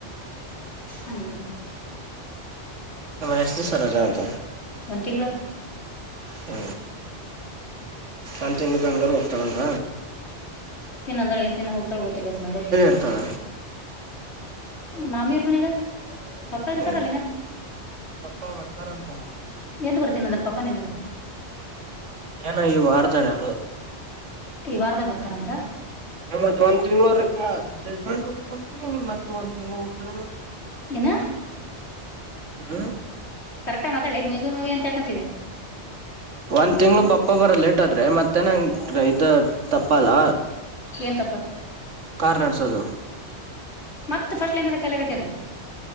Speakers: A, on the left; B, on the right.
A: ಹ್ಮ
B: ಎಷ್ಟು ಡೇಸ್ ರೋಜಾ ಅಂತ
A: ಒಂದ್ ತಿಂಗ್ಳ
B: ಹ್ಮ ಅಂತಂಗ ಬೆಂಗಳೂರು ಹೋಗ್ತಳಂತ
A: ಇನ್ನ ಅಂದ್ರೆ ಎಷ್ಟ ದಿನ ಹೋಗುತಾಳ ಗೊತ್ತಿ ಇಲ್ಲ ಬಬೇಕ ನಗರ್ಕ ಹೋಗುತ್ತೇನೆ
B: ಇರ್ತಾಳ
A: ಅಂದ್ರೆ ಮಾಮಿಯ್ರ ಮನಾಗ ಪಪ್ಪ ಇರ್ತಾರಲ್ಲಿನ
B: ಹ್ಮ್ ಪಪ್ಪಾ ಬರ್ತಾರಂತಲ್ಲ
A: ಎಂದ ಬರ್ತೀನ ಅದ್ರ ಪಾಪಾ ನಿನಗೆ
B: ಏನೂ ಈ ವಾರತ ಹೇಳದಪ್ಪ
A: ಈ ವಾರದಾಗ ಬರ್ತಾರಂತ
B: <unintelligible> ಮತ್ ಒಂದ್ ತಿಂಗ್ಳ್ರ ಜಜ್ಮೆಂಟ್ ಹೋಗತ್ಂತೀನಿ ನಿಮ್ ಮತ್ ಒಂದ್ ತಿಂಗ್ಳ ಹೋಗ್ಸಲ
A: ಏನ
B: ಹ್ಮ
A: ಕರೆಕ್ಟ್ ಮಾತಾಳಿ <unintelligible> ಅಂತ ಹಾಕಂತಿದಿ
B: ಒಂದು ತಿಂಗಳ ಪಪ್ಪ ಬರ ಲೇಟ್ ಆದ್ರರೆ ಮತ್ತೆ ನಂಗೆ ಇದು ತಪ್ಪಲ್ಲ
A: ಏನ್
B: ಕಾರ್ ನಡ್ಸೋದು
A: ಮತ್ತ ಫಸ್ಟ್ ಲೈನ್ ಕೆಲ್ಲಗತ್ತ ಅದ